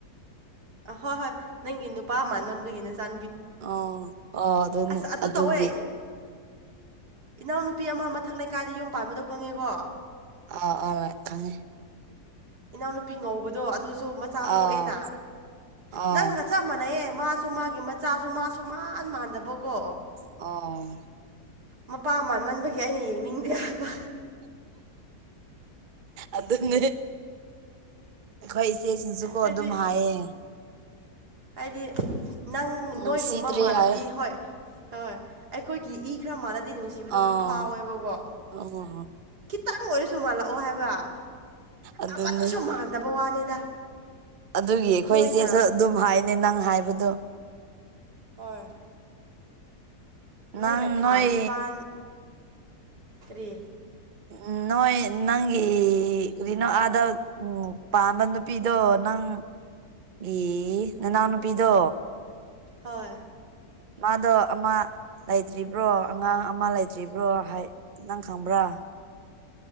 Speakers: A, on the right; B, on the right.
A: ꯑ ꯍꯣꯏ ꯍꯣꯏ ꯅꯪꯒꯤ ꯅꯨꯄꯥ ꯑꯃꯥꯟꯕꯗꯨꯗꯒꯤꯅꯦ ꯆ
B: ꯑꯣ ꯑꯣ ꯑꯗꯨꯅꯤ
A: ꯑ ꯑꯗꯨ
B: ꯑꯗꯨꯒꯤ
A: ꯇꯧꯋꯦ ꯏꯅꯥꯎꯅꯨꯄꯤ ꯑꯃ ꯃꯊꯛ ꯂꯩꯀꯥꯏꯗ ꯌꯨꯝ ꯄꯥꯟꯕꯗꯣ ꯈꯪꯉꯦꯀꯣ
B: ꯑ ꯑ ꯈꯪꯉꯦ
A: ꯏꯅꯥꯎꯅꯨꯄꯤ ꯉꯧꯕꯗꯣ ꯑꯗꯨꯁꯨ ꯃꯆꯥ ꯄꯣꯛꯑꯦꯅ
B: ꯑꯥ ꯑꯥ
A: ꯅꯪꯒ ꯆꯞ ꯃꯥꯟꯅꯩꯌꯦ ꯃꯥꯁꯨ ꯃꯥꯒꯤ ꯃꯆꯥꯁꯨ ꯃꯥꯁꯨ ꯃꯥꯟ ꯃꯥꯟꯗꯕꯀꯣ
B: ꯑꯣ
A: ꯃꯄꯥ ꯑꯃ ꯅꯟꯕꯒꯤ ꯑꯩꯅ ꯌꯦꯡꯅꯤꯡꯗꯦ ꯍꯥꯏꯕ
B: ꯑꯗꯨꯗꯅ ꯑꯩꯈꯣꯏ ꯏꯆꯦꯁꯤꯡꯁꯨꯀꯣ
A: ꯍꯥꯏꯗꯤ
B: ꯑꯗꯨꯝ ꯍꯥꯏꯌꯦ
A: ꯍꯥꯏꯗꯤ ꯅꯪ
B: ꯅꯨꯡꯁꯤꯗ꯭ꯔꯦ
A: ꯅꯣꯏꯒꯨꯝꯕ ꯃꯥꯜꯂꯗꯤ
B: ꯍꯥꯏ
A: ꯍꯣꯏ ꯍꯣꯏ ꯑꯩꯈꯣꯏꯒꯤ ꯏ ꯈꯔ ꯃꯥꯥꯟꯅꯗꯦ ꯅꯨꯡꯁꯤꯕꯗꯣ
B: ꯑꯥ
A: ꯈꯔ ꯐꯥꯎꯋꯦꯕꯀꯣ
B: ꯑꯣ
A: ꯈꯤꯇꯪ ꯑꯣꯏꯔꯁꯨ ꯃꯥꯜꯂꯛꯑꯣ ꯍꯥꯏꯕ
B: ꯑꯗꯨꯅꯦ
A: ꯑꯃꯇꯁꯨ ꯃꯥꯟꯗꯕ ꯋꯥꯅꯤꯗ
B: ꯑꯗꯨꯒꯤ ꯑꯩꯈꯣꯏꯁꯦꯁꯨ
A: ꯅꯣꯏꯅ
B: ꯑꯗꯨꯝ ꯍꯥꯏꯅꯦ ꯅꯪ ꯍꯥꯏꯕꯗꯣ
A: ꯍꯣꯏ ꯅꯣꯏꯅ
B: ꯅꯪ
A: ꯊꯥ
B: ꯅꯣꯏ
A: ꯅꯤꯄꯥꯥꯟ ꯀꯔꯤ
B: ꯎꯝ ꯅꯣꯏ ꯅꯪꯤꯔꯤꯅꯣ ꯑ ꯎꯝ ꯄꯥꯝꯕ ꯅꯨꯄꯤꯗꯣ ꯅꯪꯒꯤ ꯅꯅꯥꯎ ꯅꯨꯄꯤꯗꯣ
A: ꯍꯣꯏ
B: ꯃꯥꯗꯣ ꯑꯃ ꯂꯩꯇ꯭ꯔꯤꯕ꯭ꯔꯣ ꯑꯉꯥꯡ ꯑꯃ ꯂꯩꯇ꯭ꯔꯤꯕ꯭ꯔꯣ ꯍꯥꯏ ꯅꯪꯈꯥꯡꯕ꯭ꯔꯥ